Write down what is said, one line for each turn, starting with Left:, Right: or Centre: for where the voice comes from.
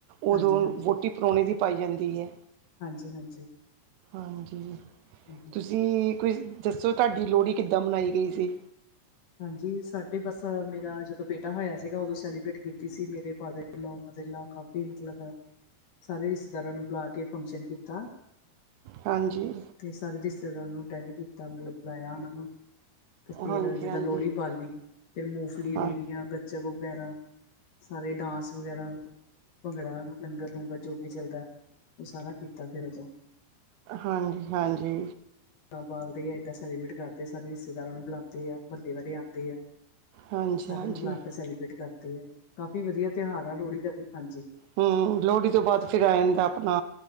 Right: ਉਦੋਂ
Left: ਹਾਂਜੀ ਹਾਂਜੀ
Right: <unintelligible> ਵੋਟੀ ਪਰਾਹਣੇ ਦੀ ਪਾਈ ਜਾਂਦੀ ਐ
Left: ਹਾਂਜੀ
Right: ਹਾਂਜੀ
Left: ਹਮ ਹਮ <inaudible>
Right: ਜੀ ਕੁਝ ਦੱਸੋ ਤੁਹਾਡੀ ਲੋਹੜੀ ਕਿੱਦਾਂ ਮਨਾਈ ਗਈ ਸੀ
Left: ਹਾਂਜੀ ਸਾਡੇ ਬਸ ਮੇਰਾ ਜਦੋਂ ਬੇਟਾ ਹੋਇਆ ਸੀਗਾ ਉਦੋਂ ਸੈਲੀਬ੍ਰੇਟ ਕੀਤੀ ਸੀ ਮੇਰੇ ਫਾਦਰ ਲ <unintelligible> ਪਤੀਲਾਂ ਕਾਫੀ ਮਤਲਬ ਸਾਰੇ ਰਿਸ਼ਤੇਦਾਰਾਂ ਨੂੰ ਬੁਲਾ ਕੇ ਫੰਕਸ਼ਨ ਕੀਤਾ
Right: ਹਾਂਜੀ।
Left: ਤੇ ਸਾਰੇ ਰਿਸ਼ਤੇਦਾਰਾਂ ਨੂੰ ਅਟੈਂਡ ਕੀਤਾ ਮਤਲਬ ਬੁਲਾਇਆ ਉਹਨਾਂ ਨੂੰ ਤੇ ਫੇਰ
Right: ਹਾਂਜੀ ਹਾਂਜੀ
Left: ਦਾਂ ਲੋਹੜੀ ਪਾਲੀ ਫਿਰ ਮੂੰਗਫਲੀ,
Right: ਹਾਂ
Left: ਰੇੜੀਆਂ, ਗੱਚਕ ਵਗੈਰਾ ਸਾਰੇ ਡਾਂਸ ਵਗੈਰਾ ਭੰਗੜਾ ਲੰਗਰ- ਲੂੰਗਰ ਜੋ ਵੀ ਚਲਦਾ ਉਹ ਸਾਰਾ ਕੀਤਾ ਫੇਰ ਜੇ
Right: ਹਾਂਜੀ- ਹਾਂਜੀ।
Left: ਬਾਲਦੀ ਆ ਏਦਾਂ ਸੈਲੀਬ੍ਰੇਟ ਕਰਦੇ ਸਾਰੇ ਰਿਸ਼ਤੇਦਾਰਾਂ ਨੂੰ ਬੁਲਾਉਂਦੇ ਆ ਮੁਹੱਲੇ ਵਾਲੇ ਆਉਂਦੇ ਆ।
Right: ਹਾਂਜੀ
Left: ਸਾਰਿਆਂ
Right: ਹਾਂਜੀ
Left: ਨੂੰ ਬੁਲਾ ਕੇ ਸੈਲੀਬ੍ਰੇਟ ਕਰਦੇ ਆ ਕਾਫੀ ਵਧੀਆ ਤਿਉਹਾਰ ਆ ਲੋਹੜੀ ਦਾ ਵੀ ਹਾਂਜੀ
Right: ਹਮ ਲੋਹੜੀ ਤੋਂ ਬਾਅਦ ਫਿਰ ਆ ਜਾਂਦਾ ਆਪਣਾ